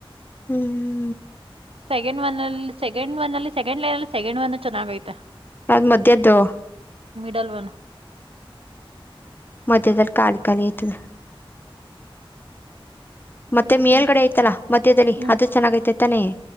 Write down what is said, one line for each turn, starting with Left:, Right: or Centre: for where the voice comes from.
Left: ಹ್ಮ್್ಮ.
Right: ಸೆಕೆಂಡ್ ಒನ್ ಅಲ್ಲಿ ಸೆಕೆಂಡ್ ಒನ್ ಅಲ್ಲಿ ಸೆಕಂಡ್ ಲೈನ್ ಅಲ್ಲಿ ಸೆಕೆಂಡ್ ಒನ್ ಚೆನ್ನಾಗ ಐತೆ.
Left: ಯಾವದ್ ಮಧ್ಯದ್ದು.
Right: ಡಲ್ವನ್.
Left: ಮಧ್ಯದಲ್ಲಿ ಖಾಲಿ ಖಾಲಿ ಆಯ್ತಲ್ಲ.
Right: ಹ್ಮ್
Left: ಮತ್ತೆ ಮೇಲ್ಗಡೆ ಐ್ತಲ್ಲಾ ಮಧ್ಯದಲ್ಲಿ
Right: ಹ್ಮ್
Left: ಅದು ಚೆನ್ನಾಗೈತೆ ತಾನೆಯೇ.